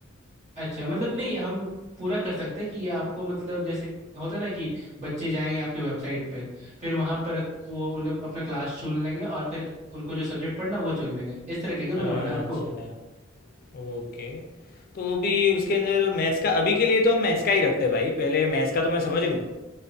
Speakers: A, on the right; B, on the left.
A: अच्छा मतलब नहीं हम पूरा कर सकते हैं कि ये आपको मतलब जैसे होता है ना कि बच्चे जाएंगे आपके वेबसाइट पे फिर वहाँ पर वो उन अपना क्लास चुन लेंगे और फिर उनको जो सब्जेक्ट पढ़ना है, वो चुन लेंगे इस तरीके का बनवाना
B: अच्छा
A: है आपको
B: ओके तो भी उसके अंदर मैथ्स का अभी के लिए तो हम मैथ्स का ही रखते हैं भाई पहले मैथ्स का तो मैं समझ लूँ